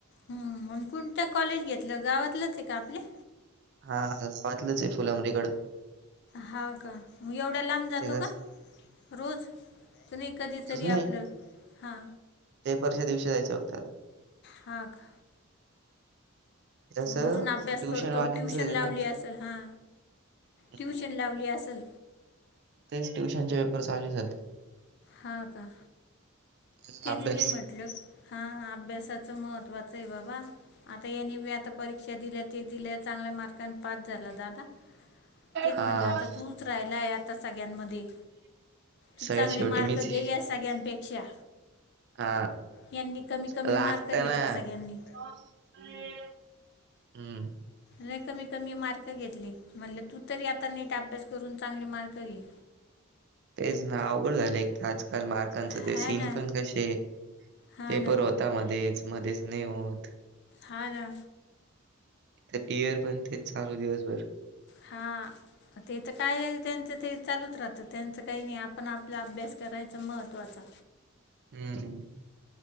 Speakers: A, on the left (about 50°); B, on the right (about 50°).
A: हम्म, कोणत्या कॉलेज घेतलं गावातलंच आहे का आपल्या?
B: हा गावातलंच आहे, फुलंबरीगढ..
A: हा का एवढ्या लांब जातो
B: ते कस
A: का? रोज नाही कधीतरी
B: रोज नाही.
A: आपलं हा
B: पेपरच्या दिवशी जायचं हप्त्याले.
A: हा हाका.
B: जसं
A: घरून अभ्यास
B: ट्युशन
A: करतो.
B: वाल्यांचंच
A: ट्युशन
B: आहे ना
A: लावली असेल हा
B: हम्म,
A: ट्युशन लावली आसल.
B: तेच ट्युशनचे पेपर चालू झालते.
A: हा का?
B: तसाच
A: तेच
B: अभ्यास
A: मी म्हटलं हा हा अभ्यासाचं महत्त्वाचये बाबा आता ये नी ब्या आता परीक्षा दिल्या ते दिल्या चांगल्या मार्कानी पास झाला दादा. तेच
B: हा
A: म्हटलं आता तूच राहिलाय आता सगळ्यांमध्ये. चू
B: सगळ्यात
A: चांगले
B: शेवटी
A: मार्क
B: मीच
A: घे
B: आहे.
A: या सगळ्यांपेक्षा
B: हा,
A: यांनी कमी कमी
B: लागत
A: मार्क घेतले
B: ना.
A: सगळ्यांनी
B: <unintelligible> हम्म.
A: रेकामेकांमी मार्क घेतले म्हणलं तू तरी आता नीट अभ्यास करून चांगले मार्क घे.
B: तेच ना अवघड झाले एक ताजकाल मार्क कांचं
A: हा
B: ते सीन
A: ना
B: पण कशे
A: हा
B: पेपर
A: ना
B: होता मध्येच मध्येच नई होत.
A: हा ना.
B: ते टीयर पण तेच चालू दिवसभर.
A: हा. ते तर काय त्यांचं ते चालूच राहतं त्यांचं काही नाही आपण आपला अभ्यास करायचा महत्त्वाचा.
B: हम्म.